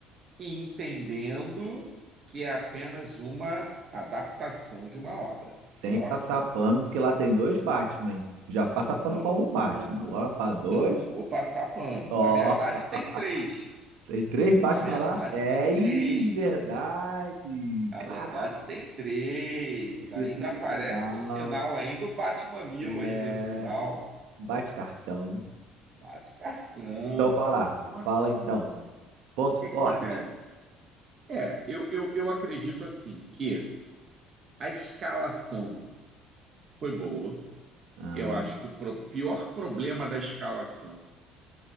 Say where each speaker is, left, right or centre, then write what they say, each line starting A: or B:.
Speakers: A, on the right; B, on the right.
A: e entendendo que é apenas uma adaptação de uma obra,
B: Sem
A: tá?
B: passar pano, porque lá tem dois Batman. Tu já passa pano
A: Não,
B: pra
A: eu
B: um Batman,
A: não vou,
B: agora pra dois.
A: não vou passar pano.
B: Ó,
A: Na verdade, tem três.
B: <laughs> tem três Batman
A: Na verdade,
B: lá? É,
A: tem três.
B: ih, verdade.
A: A
B: Caraca,
A: verdade tem três.
B: esqueci
A: Ainda
B: do
A: aparece
B: final.
A: no final, ainda o bate-mamilo, ainda
B: É,
A: no final.
B: bate cartão.
A: Bate cartão.
B: Então, vai lá.
A: Então, assim,
B: Fala então.
A: o
B: Ponto
A: que
B: forte.
A: que acontece? É, eu, eu, eu acredito assim que a escalação foi boa.
B: Ah,
A: Eu acho que o pro- pior problema da escalação